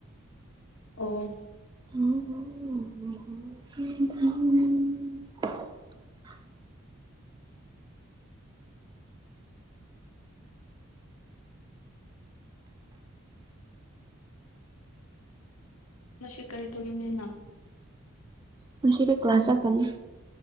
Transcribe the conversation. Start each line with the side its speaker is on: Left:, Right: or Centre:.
Left: ꯑꯣ
Right: ꯑꯣ
Left: ꯅꯁꯤ ꯀꯔꯤ ꯇꯧꯔꯤ ꯃꯤꯅ
Right: ꯄꯨꯟꯁꯤꯒꯤ ꯀ꯭ꯂꯥꯁꯔ ꯑꯃꯅꯤꯅꯤ